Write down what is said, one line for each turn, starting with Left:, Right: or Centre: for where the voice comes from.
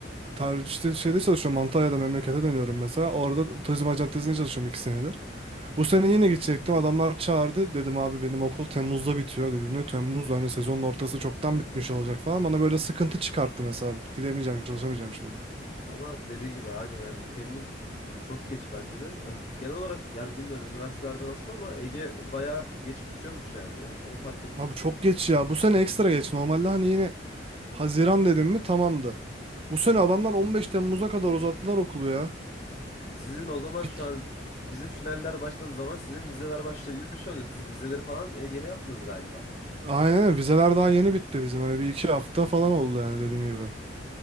Right: Tar işte şeyde çalışıyorum Antalya'da memlekete dönüyorum mesela. Orada turizm acentesinde çalışıyorum iki senedir. Bu sene yine gidecektim. Adamlar çağırdı. Dedim abi benim okul Temmuz'da bitiyor dedi. Ne Temmuz hani sezonun ortası çoktan bitmiş olacak falan. Bana böyle sıkıntı çıkarttı mesela. Gidemeyeceğim çalışamayacağım şimdi.
Left: Ama dediğin gibi aynen yani Temmuz çok geç bence de. Yani genel olarak yani bilmiyorum üniversitelerde nasıl ama Ege bayağı geç bitiriyormuş yani ya. Onu fark ettim
Right: Abi
Left: şu
Right: çok
Left: an.
Right: geç ya. Bu sene ekstra geç. Normalde hani yine Haziran dedim mi tamamdı. Bu sene adamlar 15 Temmuz'a kadar uzattılar okulu ya.
Left: Sizin o zaman
Right: Bit
Left: şu an bi- bizim finaller başladığı zaman sizin vizeler başlıyor gibi bir şey oluyor. Siz vizeleri falan e, yeni yaptınız galiba.
Right: Aynen öyle. vizeler daha yeni bitti bizim. Hani bir iki hafta falan oldu yani dediğim gibi.